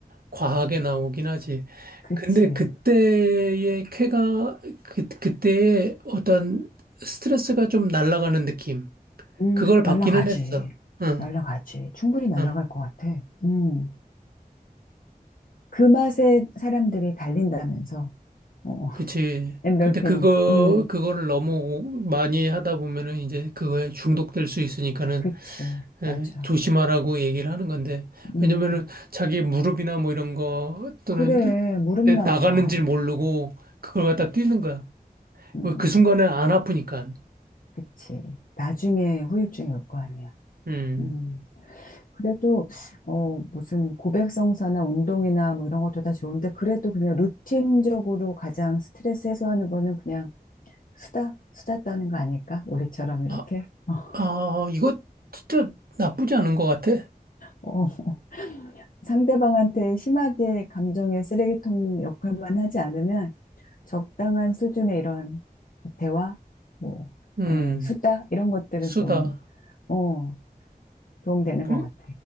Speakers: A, on the right; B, on the left.
A: 과하게 나오긴 하지.
B: 그치.
A: 근데 그때의 쾌가, 그, 그때의 어떤 스트레스가 좀 날아가는 느낌.
B: 음,
A: 그걸
B: 날라가지.
A: 받기는 했어. 응,
B: 날라가지. 충분히 날라갈
A: 응.
B: 것 같아. 음, 그 맛에 사람들이 달린다면서. 어, <laughs>
A: 그치.
B: 엔돌핀.
A: 근데 그거,
B: 음.
A: 그거를 너무 많이 하다 보면은 이제 그거에 중독될 수 있으니까는
B: 그치,
A: 예,
B: 맞아.
A: 조심하라고 얘기를 하는 건데.
B: 음,
A: 왜냐면은 자기 무릎이나 뭐 이런 거 또는
B: 그래, 무릎
A: 내
B: 나가.
A: 나가는 줄 모르고 그걸 갖다 뛰는 거야.
B: 음,
A: 왜 그 순간에 안 아프니까.
B: 그치. 나중에 후유증이 올 거 아니야.
A: 음.
B: 음. 그래도, 어, 무슨 고백성사나 운동이나 뭐 이런 것도 다 좋은데, 그래도 그냥 루틴적으로 가장 스트레스 해소하는 거는 그냥 수다, 수다 떠는 거 아닐까? 우리처럼 이렇게.
A: 아,
B: <laughs>
A: 아, 이거 진짜 나쁘지 않은 것 같아.
B: 어, 어. 상대방한테 심하게 감정의 쓰레기통 역할만 하지 않으면 적당한 수준의 이런 대화, 뭐,
A: 음,
B: 아니, 수다, 이런 것들은
A: 수다.
B: 좀, 어, 도움되는
A: 그래?
B: 것 같아.